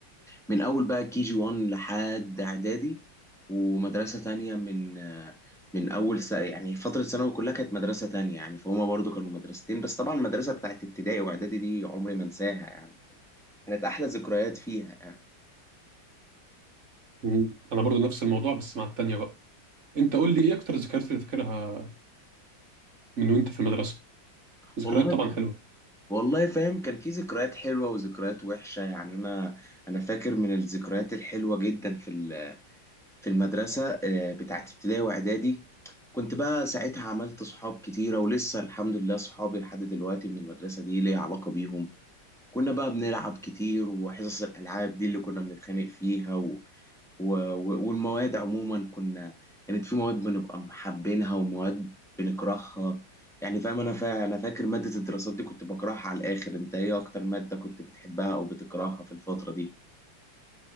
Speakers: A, in the centre; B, on the right.
A: من اول بقى كي جي 1 لحد اعدادي ومدرسه تانية من آه، من اول س... يعني فتره ثانوي كلها كانت مدرسه تانية يعني فهما برضو كانوا مدرستين بس طبعا المدرسه بتاعت ابتدائي واعدادي دي عمري ما انساها يعني كانت كانت احلى ذكريات فيها يعني
B: مم. انا برضو نفس الموضوع بس مع التانية بقى انت قول لي ايه اكتر الذكريات اللي فاكرها من وانت في المدرسة ذكريات
A: والله
B: طبعا حلوة
A: والله فاهم كان في ذكريات حلوه وذكريات وحشه يعني انا انا فاكر من الذكريات الحلوه جدا في ال... في المدرسة آه، بتاعت ابتدائي وإعدادي كنت بقى ساعتها عملت صحاب كتيرة ولسه الحمد لله صحابي لحد دلوقتي من المدرسة دي ليا علاقة بيهم كنا بقى بنلعب كتير وحصص الألعاب دي اللي كنا بنتخانق فيها و... و... و- والمواد عموما كنا كانت في مواد بنبقى محبينها ومواد بنكرهها يعني فاهم أنا فا... أنا فاكر مادة الدراسات دي كنت بكرهها على الآخر أنت إيه أكتر مادة كنت بتحبها أو بتكرهها في الفترة دي؟